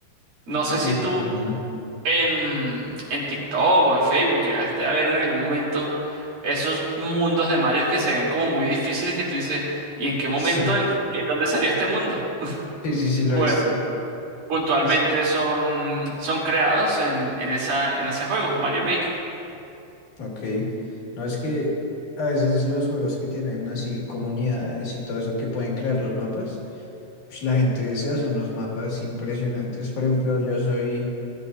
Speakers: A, on the right (about 80°); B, on the left (about 65°).
A: No
B: me
A: sé si tú
B: imagino.
A: en, en TikTok o en Facebook llegaste a ver en algún momento esos mundos de Mario que se ven como muy difíciles que tú dices, ¿y en qué momento,
B: Sí,
A: en qué- dónde salió este mundo?
B: sí, sí, sí, lo
A: Bueno,
B: he visto.
A: puntualmente
B: Es,
A: son, son creados en, en esa, en ese juego, Mario Maker.
B: ok. No, es que a veces los juegos que tienen así comunidades y todo eso que pueden crear los mapas. Ush, La gente se hace unos mapas impresionantes. Por ejemplo, yo soy,